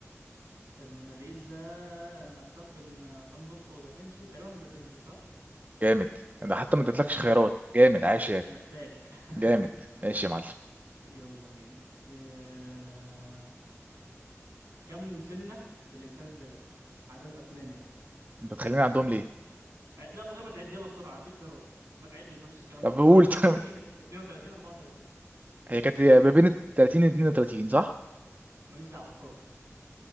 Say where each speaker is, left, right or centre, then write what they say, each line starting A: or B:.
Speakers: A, on the right; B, on the right.
A: الموناليزا انا محتار بين فان جوخ ودافنشي تقريبا من دافنشي صح
B: جامد ده حتى ما
A: حلو
B: ادتلكش
A: الكلام
B: خيارات جامد عاش
A: ايوه
B: يا
A: مش محتاج <laughs>
B: جامد ماشي يا معلم
A: يلا بينا إيه... كم سنة في الانسان البالغ عدد اسنان يعني
B: انت بتخليني عندهم ليه
A: آه، لا من غير ما تعد يلا بسرعه هديك خيارات ما تعدش ما فيش الكلام
B: طب
A: ده 28
B: قول <laughs>
A: 30
B: طب
A: 32 34
B: هي كانت ما بين 30 و 32 صح
A: ماليش دعوه اختار